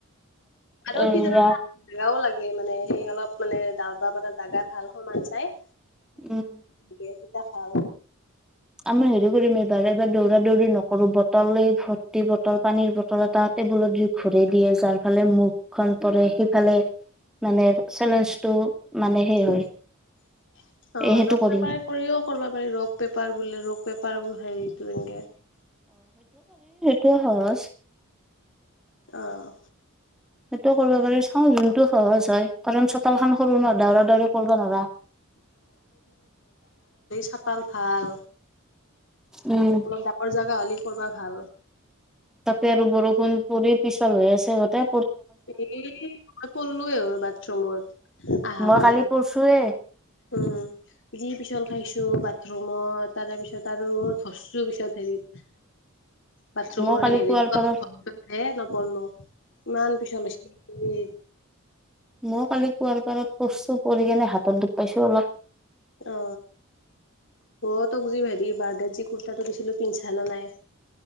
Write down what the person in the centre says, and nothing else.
এয়া
উম।
আমি হেৰি কৰিম এইবাৰ এবাৰ দৌৰা দৌৰি নকৰো বটল এই ভৰ্তি বটল পানীৰ বটল এটা টেবুলত ঘূৰি দিয়ে যাৰ ফালে মুখখন পৰে সিফালে মানে চেলেঞ্জটো। মানে সেই হয়
এ সেইটো
কৰিম
তো সহচ।
সেইটো কৰিব পাৰি চাওঁ যোন। টো সহজ হয়। কাৰণ চোতালখন সৰু ন ডাওৰা। দৌৰা কৰবা নোৰা।
উম
তাতে আৰু বৰষুণ পৰি পিছল হৈ আছে গতে।
মই
কালি পৰছোৱে
মই কালি
কুৱাৰ পাৰত
মইও কালি কুৱাৰ পাৰত। পৰচু পৰি কিনে হাতত দুব পাইছো অলপ।